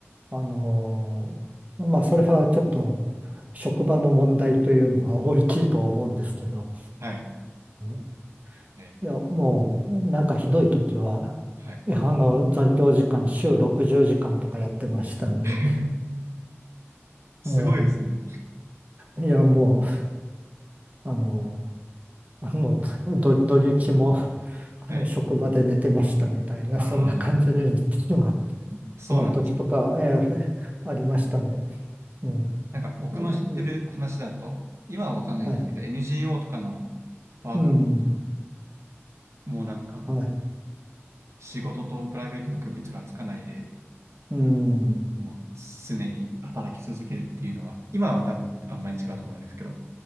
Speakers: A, on the right; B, on the right.
A: あのーまあ、それはちょっと、職場の問題というのが大きいとは思うんですけど、
B: あ、はい。
A: うん
B: えー
A: いや、もう、なんかひどい時は、
B: はい。
A: いや、あの、残業時間、週60時間とかやってましたね
B: <laughs> すごいですね。
A: うんいや、もう、あの、あの、ど、土日も、あの、
B: はい。
A: 職場で寝てましたみたいな、
B: あ
A: そんな感じになってしまう、
B: あ、そうなんです。
A: しまう時とか、えーありましたんで、うん。
B: なんか僕の知ってる話だと、
A: いやっうん
B: 今はわかんないんですけど、
A: はい。
B: NGO とかのワーカーだと、
A: うん。
B: もうなんか
A: はい。
B: 仕事とプライベートの区別がつかないで、
A: うん。
B: もう常に働き続けるっていうのは、今は多分あんまり違うと思うんですけど、